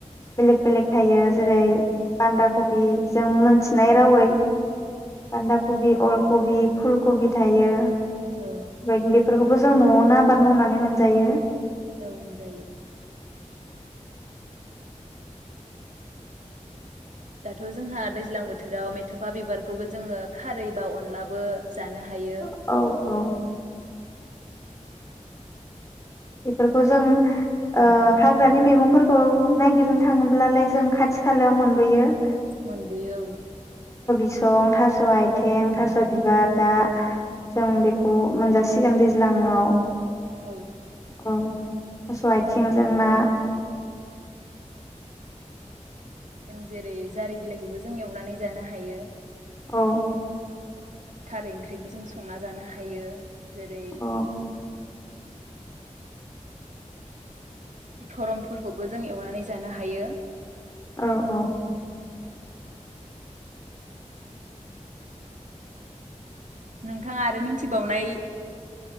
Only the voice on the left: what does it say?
बेलेक बेलेक थायो जेरै बान्दा कबि जों मोनथिनाय
रावै बान्दा कबि, अल कबि फुल, कबि थायो।
बेबायदिनो बेफोरखौबो जों नआवनो आबाद मावनानै मोनजायो।
औ औ बेफोरखौ जों ओ हाग्रानि मैंगंफोरखौ नायागिरनो थाङोब्लालाय जों खाथि खालायाव मोनबोयो
बसं थास आइथिं थास बिबार दा जों बेखौ मोनजासिगोन दैज्लाङाव।
ओं थास आथिंजों ना
औ
औ
औ औ